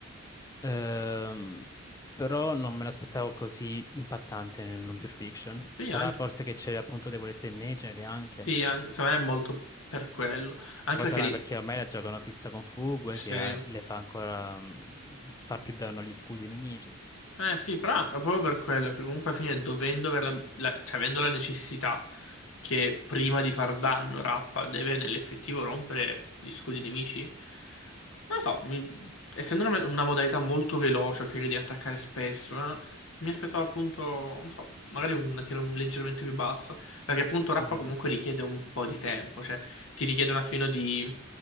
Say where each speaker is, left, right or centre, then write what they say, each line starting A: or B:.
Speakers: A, on the left; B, on the left.
A: Ehm, però non me l'aspettavo così impattante nel non pure fiction.
B: Sì,
A: Sarà
B: anche,
A: forse che c'è appunto debolezza immaginary anche.
B: sì, an- secondo me è molto per quello. Anche
A: Poi
B: perché
A: sarà
B: lì,
A: perché ormai la giocano fissa con Fugue
B: sì.
A: che ha- le fa ancora mm, far più danno agli scudi nemici.
B: Eh sì, però è proprio per quello che comunque alla fine dovendo aver la- la- cioè avendo la necessità che prima di far danno Rappa deve nell'effettivo rompere gli scudi nemici, non lo so, mi- essendo una, una modalità molto veloce che devi attaccare spesso, eh, mi aspettavo appunto, non so, magari una tiro leggermente più bassa, perché appunto Rappa
A: Mhm,
B: comunque richiede un po' di tempo, cioè ti richiede un attimino di